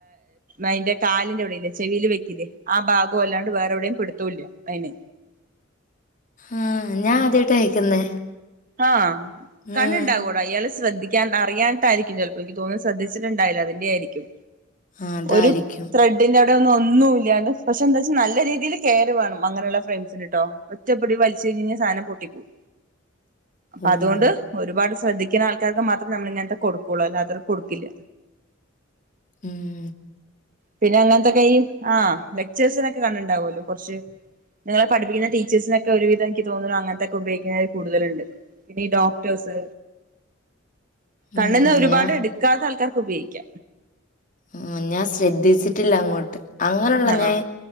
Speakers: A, on the right (about 45°); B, on the left (about 40°).
A: അയിന്റെ കാലിന്റെ അവിടല്ലേ ചെവിയില് വെയ്ക്കില്ലേ ആ ഭാഗൊല്ലാണ്ട് വേറെ എവിടെയും പിടുത്തോല്ല അയിന്
B: ആഹ് ഞാൻ ആദ്യായിട്ടാ കേക്കുന്നെ
A: ആഹ് കണ്ണ്ണ്ടാവോ
B: ഉം
A: അയാള് ശ്രദ്ധിക്കാ അറിയാൻട്ടായിരിക്കും ചെലപ്പോ എനിക്ക് തോന്നുന്നു ശ്രദ്ധിച്ചിട്ടുണ്ടാവില്ല അതിന്റെ ആയിരിക്കും
B: ആ, അതായിരിക്കും
A: ഒരു ത്രെ തിന്റെ അവ്ടെ ഒന്നു ഒന്നുല്ലാന്ന് പക്ഷെ എന്താച്ചാ നല്ല രീതീല് കെറ് വേണം അങ്ങനെള്ള ഫ്രൺസിന്ട്ടോ ഒറ്റപ്പടി വലിച്ച്‌ കഴിഞ്ഞയ്ഞാ സാനം പൊട്ടി പോവും
B: ഉം
A: അതുകൊണ്ട് ഒരുപാട് ശ്രദ്ധിക്ണ ആൾക്കാർക്ക് മാത്രം നമ്മള് ഇങ്ങൻത്തെ കൊടുകൊള്ളൂ അല്ലാത്തോർക്ക് കൊടുക്കില്ല
B: ഉം
A: പിന്നെ അങ്ങൻത്തൊ കൈയ്യ് ആഹ് ലെക്ചേഴ്സിനൊക്കെ കണ്ട്ണ്ടാവോല്ലോ കൊർച്ച് ഞങ്ങളെ പഠിപ്പിക്കുന്ന ടീചേഴ്സിനൊക്കെ ഒരു വിധം ഇൻക്ക് തോന്നുണു അങ്ങൻതൊക്കെ ഉപയോഗിക്ണെ കൂടുതല്ണ്ട് പിന്നെ ഈ ഡോക്ടേഴ്സ് കണ്ണിന്
B: ഉം
A: ഒരുപാട്
B: ഞാൻ
A: എട് ക്കാത്തെ ആൾക്കാർക്ക് ഉപയോഗിക്ക
B: ആഹ് ഞാൻ ശ്രദ്ധിച്ചിട്ടില്ല അങ്ങോട്ട് അങ്ങനെള്ള
A: ആഹ്
B: ഞാൻ